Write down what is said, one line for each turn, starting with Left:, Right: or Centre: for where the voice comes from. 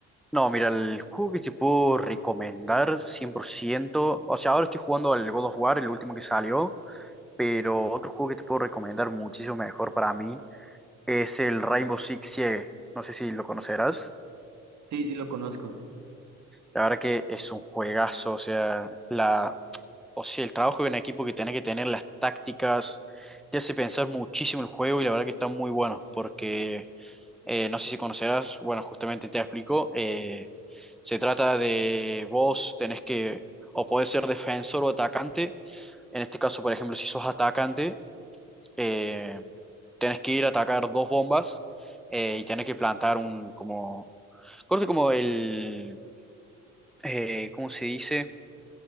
Centre: No, mira, el juego que te puedo recomendar 100% o sea, ahora estoy jugando al God of War, el último que salió, pero otro juego que te puedo recomendar muchísimo mejor para mí es el Rainbow Six Siege. No sé si lo conocerás.
Right: Sí, sí lo conozco.
Centre: La verdad que es un juegazo, o sea, la, o sea, el trabajo en equipo que tenés que tener, las tácticas, te hace pensar muchísimo el juego y la verdad que está muy bueno, porque Eh, no sé si conocerás, bueno, justamente te explico. eh, se trata de vos tenés que, o podés ser defensor o atacante. En este caso, por ejemplo, si sos atacante, eh, tenés que ir a atacar dos bombas eh, y tenés que plantar un, como, corte como el, eh, ¿cómo se dice?